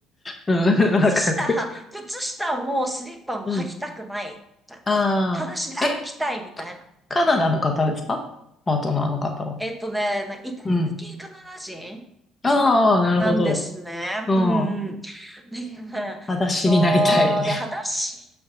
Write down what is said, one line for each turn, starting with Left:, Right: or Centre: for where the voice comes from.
Left: うん、わかる。
Centre: 靴下靴下もスリッパも履きたくない。
Left: うん。ああ、
Centre: 裸足で歩きたいみたいな。
Left: え、カナダの方ですかパートナーの方は。
Centre: えっとね、なんかイタリア系カナダ人
Left: うん。ああ、なるほど。
Centre: なんですね。
Left: うん。
Centre: うんうん。で
Left: 裸足になりたい。
Centre: そう。
Left: <laughs>
Centre: で、裸足